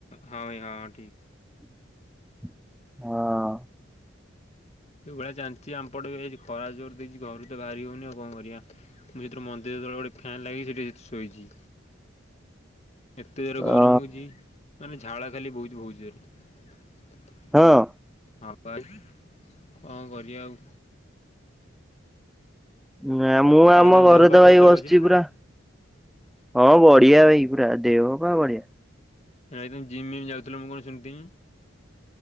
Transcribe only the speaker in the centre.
ହଁ।
ଅ
ହଁ।
ନା, ମୁଁ ଆମ
ଘରେ
ତ
ଭାଇ
ବସଚି
ପୁରା। ହଁ ବଢିଆ ଭାଇ ପୁରା ଦେହ ପା ବଢିଆ।